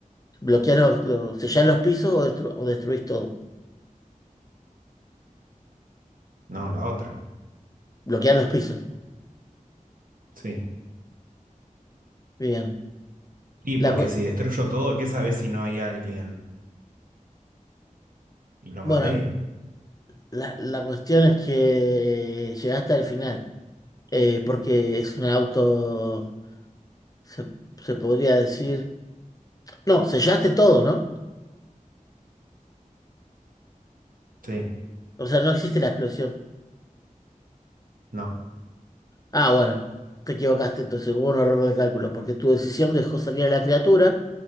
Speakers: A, on the left; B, on the right.
A: bloquear los, lo- sellar los pisos o, destru- o destruís todo.
B: No, la otra.
A: Bloquear los pisos.
B: Sí.
A: Bien.
B: Y
A: La,
B: porque
A: cu-
B: si destruyo todo, ¿qué sabes si no hay alguien? Y lo
A: bueno,
B: maté.
A: la, la cuestión es que llegaste al final, eh, porque es un auto, se, se podría decir... No, sellaste todo, ¿no?
B: Sí.
A: O sea, no existe la explosión.
B: No.
A: Ah, bueno, te equivocaste, entonces hubo un error de cálculo, porque tu decisión dejó salir a la criatura,